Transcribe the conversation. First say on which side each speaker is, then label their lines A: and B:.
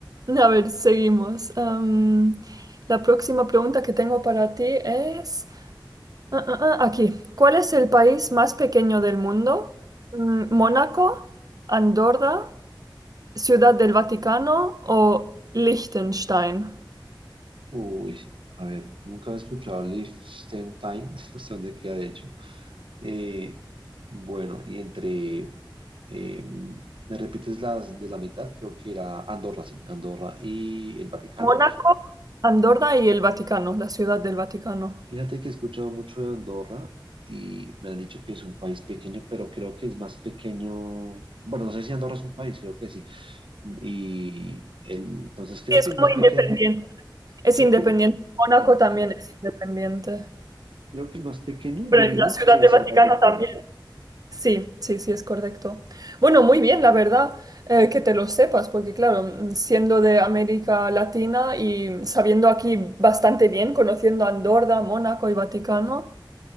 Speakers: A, on the right; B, on the right.
A: A ver, seguimos. Am, la próxima pregunta que tengo para ti es, ah, ah, ah, aquí, ¿cuál es el país más pequeño del mundo? Mm, ¿Mónaco, Andorra, Ciudad del Vaticano o Liechtenstein?
B: Uy, a ver, nunca he escuchado Liechtenstein, <laughs> no sé dónde queda de hecho. Eh, bueno, y entre, eh, ¿me repites las de la mitad? Creo que era Andorra, sí, Andorra y el Vaticano.
A: Mónaco, Andorra y el Vaticano, la Ciudad del Vaticano.
B: Fíjate que he escuchado mucho de Andorra y me han dicho que es un país pequeño, pero creo que es más pequeño. Bueno, no sé si Andorra es un país, creo que sí. Y el, entonces creo
A: Sí, es
B: que es
A: como
B: más pequeño.
A: independiente. Es
B: Creo
A: independiente.
B: que el,
A: Mónaco
B: ok,
A: también es independiente.
B: Creo que el más pequeño,
A: Pero
B: yo diría
A: la Ciudad
B: que
A: de
B: es
A: Vaticano
B: el Vaticano.
A: también. Sí, sí, sí, es correcto. Bueno, muy bien, la verdad, eh, que te lo sepas, porque claro, mm, siendo de América Latina y sabiendo aquí bastante bien, conociendo Andorra, Mónaco y Vaticano.